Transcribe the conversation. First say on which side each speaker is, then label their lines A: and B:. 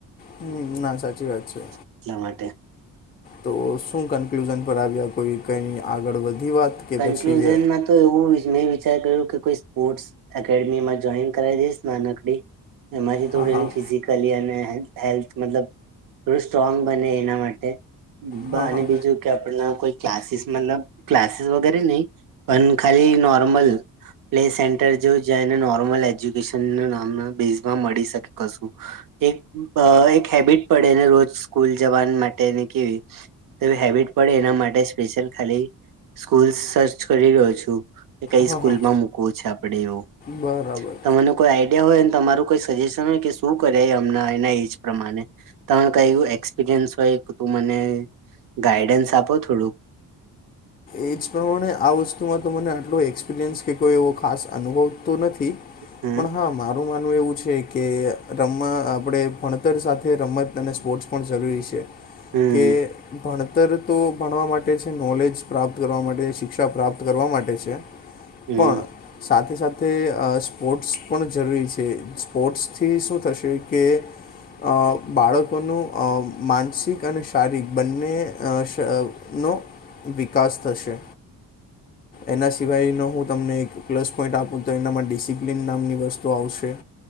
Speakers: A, on the left; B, on the right.
A: હમ ના સાચી વાત છે.
B: એટલા માટે
A: તો શું કન્ક્લુઝન પર આવ્યા કોઈ કઈ આગળ વધી વાત કે પછી
B: કન્ક્લુઝનમાં તો એવું મેં વિચાર કર્યું કે કોઈ સ્પોર્ટ્સ એકેડેમીમાં જોઈન કરાવ દઈશ નાનકડી એમાંથી
A: હા
B: થોડુંક
A: હા
B: એનું ફિઝિક કલી અને હેલ્થ મતલબ થોડું સ્ટ્રોંગ બને એના માટે
A: હા
B: અને
A: હા
B: બીજું કે આપણ કોઈ ક્લાસીસ મતલબ ક્લાસીસ વગેરે નહી પણ ખાલી નોર્મલ પ્લેસ એ એટર જો જાય અને નોર્મલ એજ્યુકેશનુ નામમાં બેઝમાં મળી શકે કશું. એક અહ એક હેબિટ પડે ને રોજ સ્કૂલ જવાની માટેની કેવી તો એવી હેબિટ પડે એના માટે સ્પેશિયલ ખાલી સ્કૂલ્સ સર્ચ કરી રહ્યો છું. કે કઈ
A: હા
B: સ્કૂલમાં
A: હા
B: મૂકવો છે આપડે એવું
A: બરાબર
B: તમને કોઈ આઈડિયા હોય અને તમારું કોઈ સજેશન હોય કે શું કરે એ એમના એજ પ્રમાણે. તમને કઈ એક્સપિરિયન્સ હોય કે તું મને ગાઈડન્સ આપો થોડુંક.
A: એજ પ્રમાણે આ વસ્તુમાં તો મને આટલો એક્સપિરિયન્સ કે કોઈ એવો ખાસ અનુભવ તો નથી.
B: હમ
A: પણ હા મારું માનવું એવું છે કે રમાં આપણે ભણતર સાથે રમત અને સ્પોર્ટ્સ પણ જરૂરી છે
B: હમ
A: કે ભણતર તો ભણવા માટે છે નોલેજ પ્રાપ્ત કરવા માટે શિક્ષા પ્રાપ્ત માટે છે
B: હમ
A: પણ સાથે-સાથે સ્પોર્ટ્સ પણ જરૂરી છે સ્પોર્ટ્સથી શું થશે કે અહ બાળકોનું અહ માનસિક અને શારીરિક બંને અહ શનો વિકાસ થશે. એના સિવાયનો હું તમને એક પ્લસ પોઈન્ટ આપું તો એનામાં ડિસિપ્લિન નામની વસ્તુ આવશે.